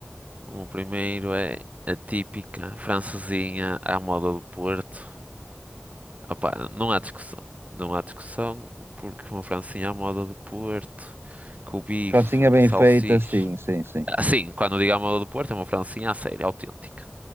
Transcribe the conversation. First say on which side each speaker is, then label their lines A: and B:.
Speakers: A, on the right; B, on the right.
A: O primeiro é a típica francesinha à moda do Porto. Opá, não há discussão. Não há discussão, porque uma francesinha à moda do Porto, com o bife,
B: Francinha bem
A: salsicha.
B: feita, sim, sim, sim.
A: Assim, quando digo à do Porto, é uma francesinha a sério, autêntica.